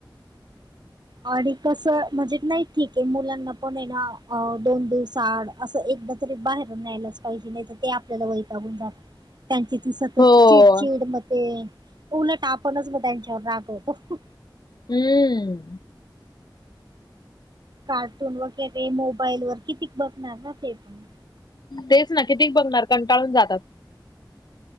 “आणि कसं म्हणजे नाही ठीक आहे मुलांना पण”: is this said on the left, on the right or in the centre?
Right